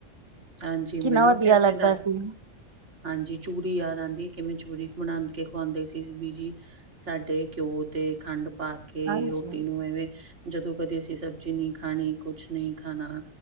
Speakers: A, on the right; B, on the right.
A: ਹਾਂਜੀ,
B: ਕਿੰਨਾ
A: ਮੈਨੂੰ
B: ਵਧੀਆ
A: ਤੇ ਆਪਣੀ
B: ਲੱਗਦਾ।
A: ਦਾਦੀ
B: ਸੀ
A: ਹਾਂਜੀ, ਚੂਰੀ ਯਾਦ ਆਉਂਦੀ ਕਿਵੇਂ ਚੂਰੀ ਬਣਾ ਕੇ ਖੁਵਾਉਂਦੇ ਸੀ ਬੀਜੀ। ਸਾਡੇ ਘਿਓ ਤੇ ਖੰਡ ਪਾ ਕੇ
B: ਹਾਂਜੀ
A: ਰੋਟੀ ਨੂੰ ਐਵੇਂ ਜਦੋਂ ਕਦੀ ਅਸੀਂ ਸਬਜ਼ੀ ਨਹੀਂ, ਖਾਣੀ ਕੁਛ ਨਹੀਂ ਖਾਣਾ